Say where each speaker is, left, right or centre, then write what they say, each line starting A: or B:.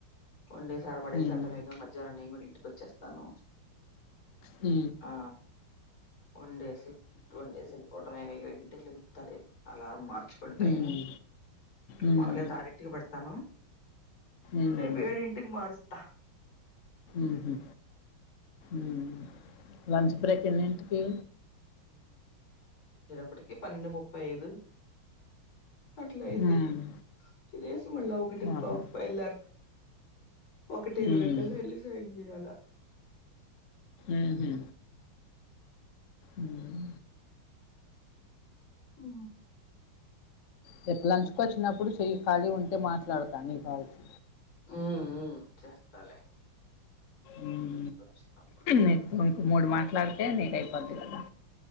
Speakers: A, on the left (about 80°); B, on the left (about 50°).
A: వండేసార్ పడేసార్
B: ఉమ్
A: మీక మధ్యాహ్నం నేను కూడా ఇంటికి వచ్చేస్తాను
B: హు
A: ఆ వన్ డేస్న్ డస్ <unintelligible> ఏ సరే అలా మాట్లాడ ఫుల్ టైం
B: ఉమ్ ఉమ్
A: వాళ్లకి తారీకు పెడతాను
B: ఉమ్
A: రేపే ఇంటికి మారుస్తా
B: ఉహు ఉ లంచ్ బ్రేక్ ఎన్నింటికి
A: ఇప్పటికి పన్నెండు ముప్పై ఐదు అట్లాయితే
B: ఉమ్
A: రేపు మలా ఒక టటింపా
B: ఆహా
A: ఉప్ప ఎళ్లర్థ ఒకటి ఇరవై
B: ఉమ్
A: కల్లా వెళ్ళి రిలీజ్ అయింది ఈయాల
B: ఉహు ఉమ్
A: ఓ
B: రేపు లంచ్కి వచ్చినప్పుడు చె ఖాళీ ఉంటే మాట్లాడతా ని కాల్స్,
A: ఉ ఉ చేస్తాలే
B: ఉమ్
A: వచ్చినప్పుడు
B: నీకు ఇం మూడు మాట్లాడితే నీకు అయిపోద్ది కదా,